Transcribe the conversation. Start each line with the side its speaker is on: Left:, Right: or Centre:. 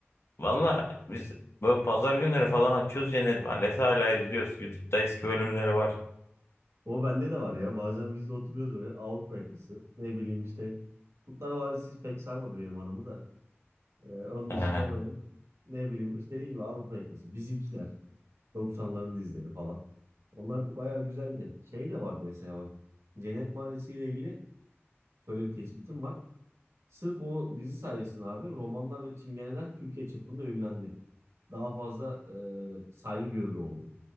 Left: Valla biz böyle pazar günleri falan açıyoruz yine maalesef hala izliyoruz. YouTube'da eski bölümleri var.
Right: O bende de var ya. Bazen biz de oturuyoruz böyle Avrupa yakası. Ne bileyim işte. Kurtlar Vadisi pek sarmadı benim hanımı da. E, onun
Left: Ee,
Right: dışında böyle ne bileyim işte dediğim gibi Avrupa yakası. Bizimkiler. 90'ların dizileri falan. Onlar bayağı güzeldi. Şey de vardı mesela bak. Cennet Mahallesi ile ilgili şöyle bir tespitim var. Sırf o dizi sayesinde abi romanlar ve çingeneler Türkiye çapında ünlendi. Daha fazla e, saygı görür oldu.